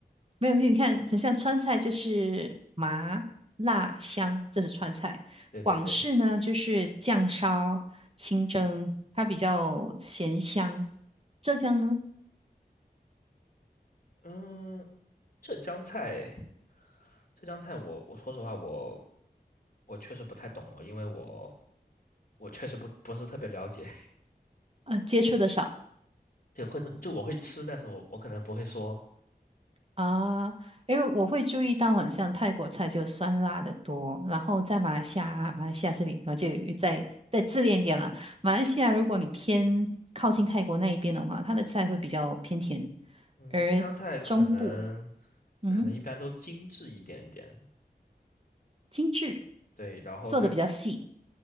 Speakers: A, on the right (about 35°); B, on the left (about 55°).
A: 没有，你看，像川菜就是麻辣香，这是川菜。
B: <laughs> 对对对，
A: 广式呢就是酱烧、清蒸，它比较咸香。浙江呢，
B: 嗯，浙江菜。浙江菜我我说实话我我确实不太懂哦，因为我我确实不不是特别了解，
A: 呃，接触的少
B: <laughs> 对，会能就我会吃，但是我我可能不会说。
A: 啊，因为我会注意到，很像泰国菜就酸辣的多，然后在马来西亚，马来西亚这里，我就有再再自恋一点了。马来西亚，如果你偏靠近泰国那一边的话，它的菜会比较偏甜，
B: 嗯，
A: 而中部，
B: 浙江菜可能
A: 嗯哼，
B: 可能一般都精致一点点，
A: 精致。
B: 对，然后它
A: 做的比较细。